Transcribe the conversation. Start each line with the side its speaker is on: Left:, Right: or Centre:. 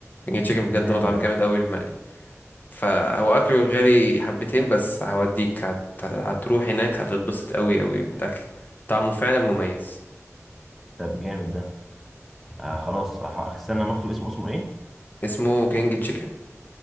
Left: كينج تشيكن بجد
Centre: جامد
Left: مطعم
Centre: ده
Left: جامد قوي المالي فهو اكله غالي حبتين بس هوديك هت... هتروح هناك هتتبسط قوي قوي بالاكل طعمه فعلا مميز
Centre: طب جامد ده آه خلاص هح- استنى ما اكتب اسمه اسمه ايه
Left: اسمه كينج تشيكن